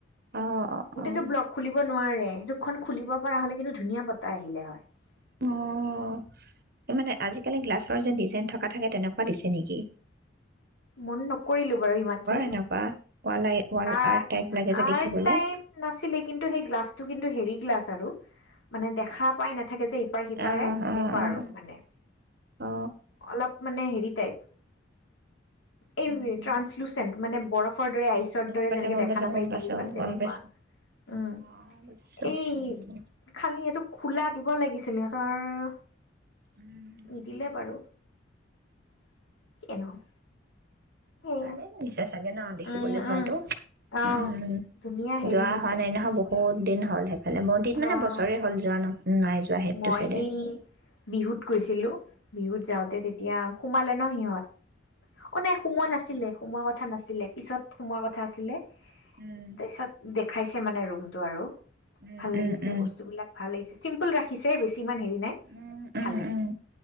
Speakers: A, on the right; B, on the left.
A: অ', অ',
B: গোটেটো
A: অ',
B: ব্লক খুলিব নোৱাৰে, <unintelligible> খুলিব পৰা হলে কিন্তু ধুনীয়া <inaudible> <unintelligible>
A: অ' মানে আজিকালি গ্লাছৰ যে ডিজাইন থকা থাকে তেনেকুৱা দিছে নিকি
B: মন নকৰিলোঁ বাৰু ইমানখিনি
A: এনেকুৱা ৱাল আই- ৱাল
B: আ
A: আৰ্ট টাইপ লাগে যে
B: আৰ্ট
A: দেখিবলৈ।
B: টাইপ নাছিলে কিন্তু সেই গ্লাছটো কিন্তু হেৰী গ্লাছ <unintelligible> মানে দেখা <inaudible> থাকে যে ইপাৰ হিপাৰে
A: অ',
B: সেনেকোৱা
A: অ', অ',
B: আৰু মানে
A: অ',
B: অলপ মানে হেৰি টাইপ <inaudible> এই
A: উম, উম,
B: ট্ৰাঞ্চলুচেণ্ট মানে <unintelligible> <unintelligible> আইচৰ
A: গম
B: দৰে
A: পাইছো,
B: যেনেকে
A: গম
B: দেখা
A: পাইছো,
B: নাপাই
A: গম
B: ইফাল
A: পাইছো,
B: সিফাল তেনেকুৱা
A: গম পাইছো।
B: উম
A: অ', বুজিছো
B: এই
A: উম, উম,
B: খালি এইটো খোলা দিব লগিছিলে <unintelligible>
A: উম।
B: নিদিলে বাৰু <inaudible> সেয়া
A: ভালেই লাগিছে ভালেই ন দেখিবলে
B: উম,
A: ঘৰটো
B: উম, অহ,
A: উম
B: ধুনীয়া হেৰি
A: যোৱা
B: হৈছে
A: হোৱা নাই নহয় বহুতো
B: বনৰ।
A: দিন হ'ল <inaudible> <unintelligible>
B: অ',
A: বছৰৰ হ'ল যোৱা ন নাই যোৱা সেইটো
B: মই
A: চাইডে
B: এই বিহুত গৈছিলোঁ বিহুত যাওঁতে
A: অ
B: তেতিয়া সোমালে <unintelligible> ন সিহঁত অ', নাই সোমোৱা নাছিলে। সোমোৱা কথা নাছিলে, পিছত সোমোৱা কথা আছিলে।
A: উম
B: পিছত <unintelligible> খাইছে মানে ৰুমটো আৰু।
A: উম
B: ভাল
A: উম
B: লাগিছে
A: উম
B: বস্তুবিলাক, ভাল লাগিছে <unintelligible> ৰাখিছেই বেছি ইমান হেৰি নাই,
A: উম উম
B: ভালে।
A: উম,